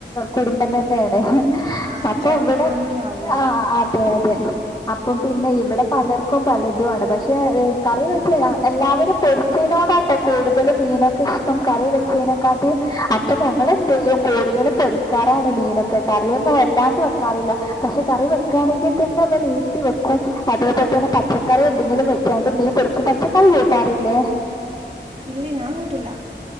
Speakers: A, on the left (about 20°); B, on the right (about 35°).
A: കുടുംബം തെന്നേണ്
B: ആഹ്
A: അപ്പൊഇവടെ
B: ജോയിന്റ് ഫാമിലി ആവുല്ലേ
A: ആഹ് അ തെഅതെ അപ്പംപിന്നെഇവടെ പലർക്കുംപലതുആണ് പക്ഷേ കറിവെച്ചഞാ എല്ലാവരും പൊരിച്ചീയിനോടാട്ടോ കൂടുതലും മീനൊക്കെഷ്ടം കറി വെച്ചെയ്നെക്കാട്ടി അപ് ഇപ്പംഞങ്ങളെന്തെയ്യും
B: ആഹ്
A: കൂടുതലും പൊരിക്കാറാണ് മീനൊക്കെ കറിയൊന്നും വെല്ലാണ്ട് വെക്കാറില്ല പക്ഷെ കറി വെക്കാണെങ്കിത്തെന്നൊന്ന്നീട്ടി വെക്കും <unintelligible> പച്ചക്കറി എന്തെങ്കിലുംവെച്ചാണ്ട് മീൻ പൊരിക്കും പച്ചക്കറികൂട്ടാറില്ലേ
B: ഇല്ല്യേ ഞാൻകൂട്ടില്ല